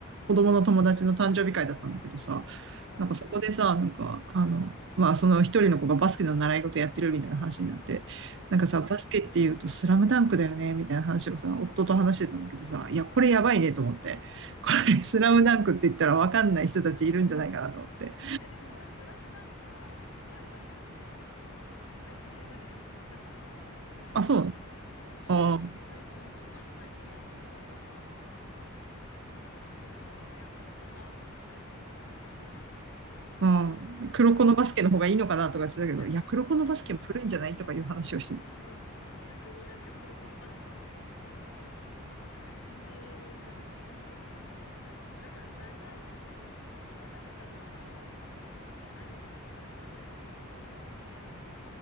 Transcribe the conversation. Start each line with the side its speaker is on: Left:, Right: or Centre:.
Right: 子供の友達の誕生日会だったんだけどさ、
Left: 若い。ああ、
Right: なんかそこでさ、
Left: そうなんだ。
Right: なんか、あの、
Left: うん、
Right: まあその一人の子がバスケの習い事やってるみたいな話になって、なんかさ、
Left: うん、うん。
Right: バスケって言うとスラムダンクだよね、みたいな話をさ、夫と話してたんだけどさ、いや、これやばいねと思って。これスラムダンクって言ったらわかんない人たちいるんじゃないかなと思って。
Left: え、でもほら、スラムダンクはリバイバルして、あの、最近映画でやったから大丈夫だよ。
Right: あ、そう
Left: そうそうそう。
Right: あ
Left: 最近、本当に最近やったから、なんか、あの、曲とかも流行ったから大丈夫。スラムダンクは。
Right: あ、うん。黒子のバスケの方がいいのかなとか言ってたけど、
Left: でもさ、逆いや、
Right: いや、黒子のバスケも古いんじゃないとかいう話をして
Left: でも逆に、うん。そうそうそう。逆になんか黒子のバスケっていう方が、なんか年齢がなんかピンポイントでわかりそうだよね。なんか長い、い息が長かった漫画、漫画あ、アニメって感じじゃないじゃん。黒子のバスケって。